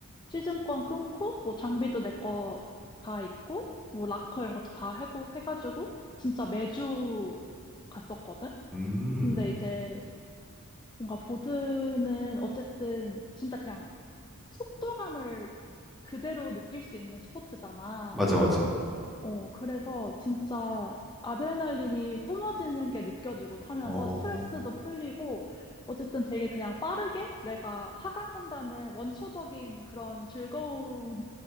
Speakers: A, on the left; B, in the centre.
A: 시즌권 끊고 뭐 장비도 내 거 다 있고 뭐 락커 이런 것도 다 해고 해가지고 진짜 매주 갔었거든.
B: 음,
A: 근데 이제 뭔가 보드는 어쨌든 진짜 그냥 속도감을 그대로 느낄 수 있는 스포츠잖아.
B: 맞아, 맞아.
A: 어, 그래서 진짜 아드레날린이 뿜어지는 게 느껴지고 타면서
B: 어,
A: 스트레스도 풀리고 어쨌든 되게 그냥 빠르게 내가 하강한다는 원초적인 그런 즐거움을